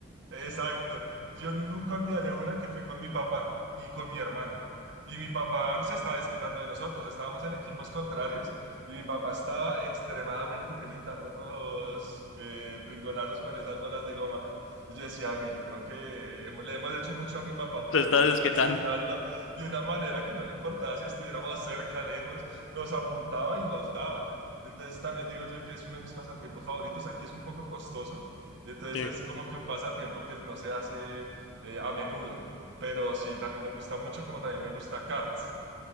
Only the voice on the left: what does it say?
<laughs>
Te estás
desquitando.
Sí,